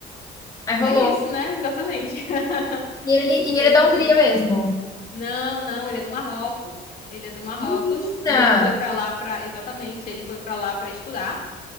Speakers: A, on the left; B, on the left.
A: Aí rolou.
B: é isso, né? Exatamente. <laughs>
A: E ele, e
B: E
A: ele
B: aí
A: é da
B: foi.
A: Hungria mesmo.
B: Não, não, ele é do Marrocos. Ele é do Marrocos,
A: Menina!
B: e aí foi pra lá pra, exatamente, ele foi pra lá pra estudar.